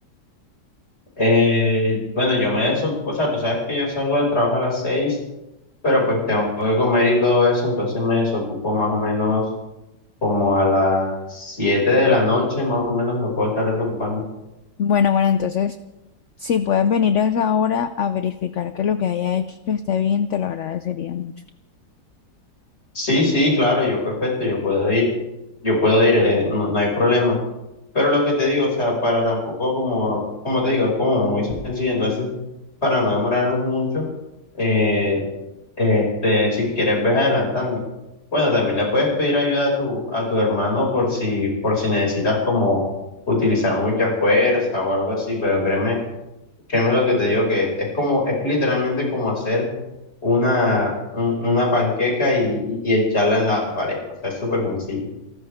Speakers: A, on the left (about 40°); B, on the left (about 60°).
A: Eh, bueno, yo me desocupo, o sea, tú sabes que yo salgo del trabajo a las seis, pero pues tengo que comer y todo eso, entonces me desocupo más o menos como a las siete de la noche, más o menos me puedo estar desocupando.
B: Bueno, bueno, entonces si puedes venir a esa hora a verificar que lo que haya hecho esté bien, te lo agradecería mucho.
A: Sí, sí, claro, yo perfecto, yo puedo ir, yo puedo ir, eh, no, no hay problema. Pero lo que te digo, o sea, para tampoco como, como te digo, es como muy sencillo, entonces, para no demorarnos mucho, eh, este, si quieres ves adelantando. Bueno, también le puedes pedir ayuda a tu, a tu hermano por si, por si necesitas como utilizar mucha fuerza o algo así, pero créeme Créeme lo que te digo que es como, es literalmente como hacer una, un- una panqueca y, y echarla en la pared. O sea, es súper sencillo.